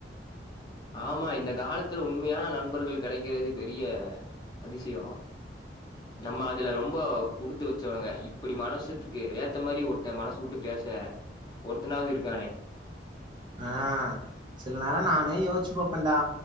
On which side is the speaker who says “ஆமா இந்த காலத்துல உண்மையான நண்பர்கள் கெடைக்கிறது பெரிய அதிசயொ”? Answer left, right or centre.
Left